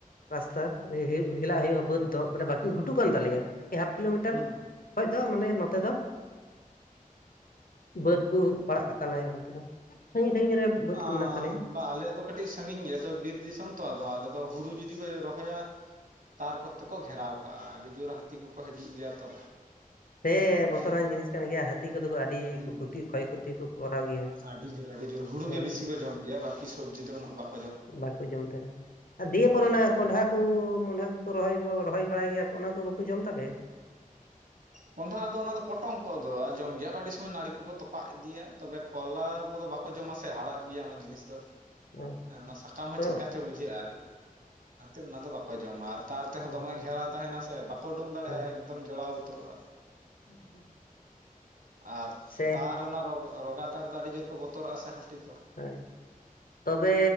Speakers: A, on the left; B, on the right.
A: ᱨᱟᱥᱛᱟ ᱮ ᱦᱮᱭ ᱦᱮᱞᱟᱜ ᱦᱩᱭᱩᱜᱼᱟ ᱵᱟᱹᱫᱽ ᱫᱚ ᱢᱟᱱᱮ ᱵᱟᱠᱤ ᱜᱷᱩᱴᱩ ᱠᱟᱱ ᱛᱟᱞᱮᱭᱟ᱾ ᱮ ᱦᱟᱯ ᱠᱤᱞᱳᱢᱤᱴᱟᱨ
B: ᱦᱩᱸ
A: ᱠᱷᱚᱡ ᱫᱚ ᱢᱟᱱᱮ ᱱᱚᱛᱮ ᱫᱚ ᱾ ᱵᱟᱹᱫᱽ ᱠᱚ ᱯᱟᱲᱟᱜ ᱠᱟᱛᱟᱞᱮᱭᱟ ᱚᱱᱛᱮ ᱫᱚ ᱥᱟᱺᱜᱤᱧ ᱥᱟᱺᱜᱤᱧ ᱨᱮ ᱵᱟᱹᱫᱽ
B: ᱚᱸ
A: ᱠᱚ ᱢᱮᱱᱟᱜ ᱛᱟᱞᱮᱭᱟ
B: ᱵᱟ ᱟᱞᱮᱛᱼᱼ ᱛᱚ ᱠᱟᱹᱴᱤᱡ ᱥᱟᱹᱜᱤᱧ ᱜᱮᱭᱟ ᱛᱚᱵᱮ ᱵᱤᱨ ᱫᱤᱥᱚᱢ ᱛᱚ ᱟᱫᱟ ᱟᱞᱮ ᱫᱚ ᱦᱩᱲᱩ ᱡᱩᱫᱤ ᱠᱚ ᱨᱚᱦᱚᱭᱟ᱾ ᱛᱟᱨ ᱠᱚᱛᱮ ᱠᱚ ᱜᱷᱮᱨᱟᱣ ᱠᱟᱜ-ᱟ ᱟᱹᱰᱤ ᱡᱳᱨ ᱦᱟᱹᱛᱤ ᱠᱚᱠᱚ ᱦᱤᱡᱩᱜ ᱜᱮᱭᱟ ᱛᱚ᱾
A: ᱦᱮ
B: ᱦᱩᱸ
A: ᱵᱚᱛᱚᱨᱟᱱ ᱡᱤᱱᱤᱥ ᱠᱟᱱ ᱜᱮᱭᱟ, ᱦᱟᱹᱛᱤ ᱠᱚᱫᱚ ᱠᱚ ᱟᱹᱰᱤ
B: ᱦᱩᱸ
A: ᱠᱷᱚᱛᱤ
B: ᱦᱩᱸ
A: ᱠᱷᱚᱭ ᱠᱷᱚᱛᱤ ᱠᱚ ᱠᱚᱨᱟᱣ ᱜᱮᱭᱟ᱾
B: ᱟᱹᱰᱤ ᱡᱳᱨ ᱟᱹᱰᱤ ᱡᱳᱨ ᱦᱩᱲᱩ
A: ᱦᱳᱭ
B: ᱜᱮ ᱵᱤᱥᱤ ᱠᱚ ᱡᱚᱢ ᱜᱮᱭᱟ ᱵᱟᱠᱤ ᱥᱚᱵᱽᱡᱤ ᱫᱚ ᱩᱱᱟᱹᱜ ᱵᱟᱠᱼᱼ
A: ᱵᱟᱠᱚ ᱡᱚᱢ ᱛᱟᱦᱮᱸᱱᱟ᱾ ᱟᱨ ᱫᱤᱭᱮ
B: ᱵᱟᱠᱚ
A: ᱯᱚᱨ ᱚᱱᱟ
B: ᱡᱚᱢᱟ
A: ᱠᱚᱸᱰᱷᱟ ᱠᱩ ᱢᱚᱱᱰᱷᱟ ᱠᱚᱠᱚ ᱨᱚᱦᱚᱭ ᱠᱚ ᱨᱚᱦᱚᱭ ᱵᱟᱲᱟᱭ ᱜᱮᱭᱟ ᱠᱚ ᱚᱱᱟ ᱠᱚ ᱵᱟᱠᱚ ᱡᱚᱢ ᱛᱟᱯᱮ?
B: ᱠᱚᱸᱰᱷᱟ ᱟᱫᱚ ᱚᱱᱟ ᱫᱚ ᱯᱚᱴᱚᱢ ᱠᱚᱜ ᱫᱚ᱾ ᱟ ᱡᱚᱢ ᱜᱮᱭᱟ ᱠᱚ ᱟᱹᱰᱤ ᱥᱚᱢᱚᱭ ᱱᱟᱲᱤ ᱠᱚᱠᱚ ᱛᱚᱯᱟᱜ ᱤᱫᱤᱭᱟ᱾ ᱛᱚᱵᱮ ᱠᱚᱨᱞᱟ ᱠᱚᱫᱚ ᱵᱟᱠᱚ ᱡᱚᱢᱟ ᱥᱮ ᱦᱟᱲᱟᱫ ᱜᱮᱭᱟ ᱚᱱᱟ ᱡᱤᱱᱤᱥ ᱫᱚ᱾
A: ᱚ
B: ᱦᱮᱸ ᱚᱱᱟ ᱥᱟᱠᱟᱢ ᱦᱚᱸ
A: ᱚ
B: ᱪᱮᱫᱠᱟ ᱪᱚ ᱵᱩᱡᱷᱟᱹᱜ-ᱟ ᱟᱨ ᱚᱱᱟ ᱠᱷᱟᱹᱛᱤᱨ ᱚᱱᱟ ᱫᱚ ᱵᱟᱠᱚ ᱡᱚᱢᱟ ᱟᱨ ᱛᱟᱨ ᱛᱮᱦᱚᱸ
A: ᱚ
B: ᱫᱚᱢᱮ ᱜᱷᱮᱨᱟᱣ ᱛᱟᱦᱮᱱᱟ ᱥᱮ ᱵᱟᱠᱚ ᱩᱰᱩᱝ ᱫᱟᱲᱮᱜ-ᱟ
A: ᱦᱳᱭ
B: ᱮᱠᱫᱚᱢ ᱡᱚᱲᱟᱣ ᱩᱛᱟᱹᱨᱚᱜ-ᱟ
A: <inaudible>
B: ᱟᱨ
A: ᱥᱮ
B: ᱛᱟᱨ ᱚᱱᱟ ᱨᱚᱜᱽ ᱨᱚᱜᱟ ᱛᱟᱨ ᱫᱚ ᱟᱹᱰᱤ ᱡᱳᱨ ᱠᱚ ᱵᱚᱛᱚᱨᱟᱜ-ᱟ ᱥᱮ ᱦᱟᱹᱛᱤ ᱫᱚ᱾
A: ᱦᱟᱹᱭ᱾ ᱛᱚᱵᱮ